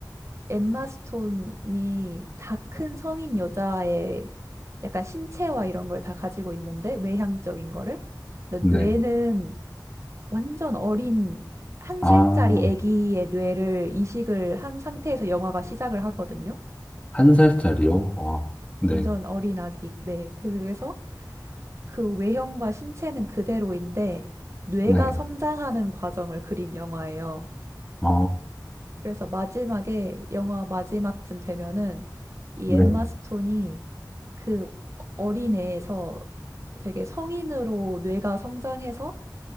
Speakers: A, on the right; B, on the left.
A: 엠마 스톤이 다 큰 성인 여자의 약간 신체와 이런 걸 다 가지고 있는데 외향적인 거를 근데
B: 네.
A: 뇌는 완전 어린 한
B: 아,
A: 살짜리 아기의 뇌를 이식을 한 상태에서 영화가 시작을 하거든요.
B: 한 살짜리요? 아, 네.
A: 완전 어린 아기. 네. 그래서 그 외형과 신체는 그대로인데 뇌가
B: 네.
A: 성장하는 과정을 그린 영화예요.
B: 아,
A: 그래서 마지막에 영화 마지막쯤 되면은 이
B: 네,
A: 엠마 스톤이 그 어린애에서 되게 성인으로 뇌가 성장해서